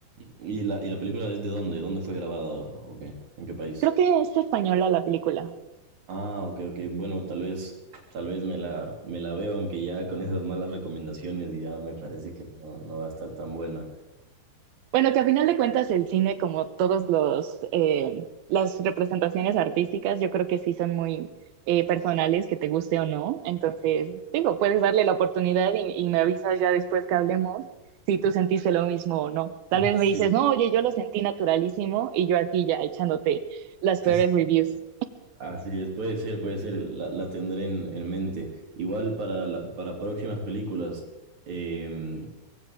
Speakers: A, on the right; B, on the right.
A: ¿Y la, y la película es de dónde? ¿Dónde fue grabada? ¿O qué? ¿En qué país?
B: Creo que es española la película,
A: Ah, ok, ok. Bueno, tal vez, tal vez me la, me la veo, aunque ya con esas malas recomendaciones ya me parece que no, no va a estar tan buena.
B: Bueno, que a final de cuentas el cine, como todos los eh, las representaciones artísticas, yo creo que sí son muy eh, personales, que te guste o no. Entonces, digo, puedes darle la oportunidad y, y me avisas ya después que hablemos si tú sentiste lo mismo o no. Tal vez
A: Sí.
B: me dices, no, oye, yo lo sentí naturalísimo y yo aquí ya echándote las
A: <laughs>
B: peores reviews.
A: Así es, puede ser, puede ser, la, la tendré en, en mente. Igual para, la- para próximas películas, em,